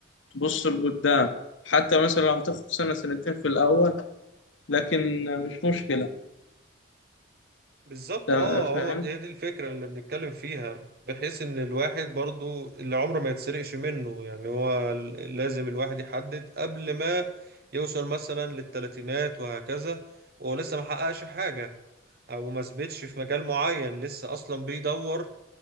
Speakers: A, on the left; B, on the right.
A: تبص لقدام حتى مثلا لو هتاخد سنه سنتين في الاول لكن مش مشكله
B: بالظبط
A: تا-
B: اه
A: فاهم
B: هو دي, دي الفكرة اللي بنتكلم فيها بحيث ان الواحد برضو اللي عمره ما يتسرقش منه يعني هو ال- لازم الواحد يحدد قبل ما يوصل مثلا للتلاتينات وهكذا وهو لسه ما حققش حاجة او ما ثبتش في مجال معين لسه اصلا بيدور